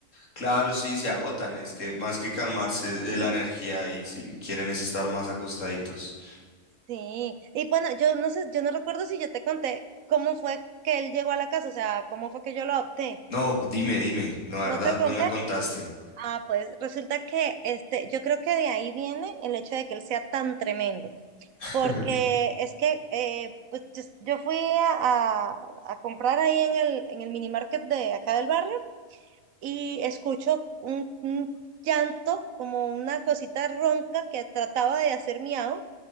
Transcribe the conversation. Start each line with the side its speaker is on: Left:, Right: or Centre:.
Left: Claro, sí, se agotan. Es que más que calmarse
Right: Sí.
Left: eh, la energía y sí, quieren es estar más acostaditos.
Right: Sí, y bueno, yo no sé, yo no recuerdo si yo te conté cómo fue que él llegó a la casa, o sea, cómo fue que yo lo adopté.
Left: No, dime, dime. No, la verdad,
Right: ¿No te conté?
Left: no me contaste.
Right: Ah, pues resulta que este, yo creo que de ahí viene el hecho de que él sea tan tremendo,
Left: <laughs>
Right: porque es que eh, pues yo yo fui a, a- a comprar ahí en el, en el mini market de acá del barrio y escucho un, un llanto, como una cosita ronca que trataba de hacer miau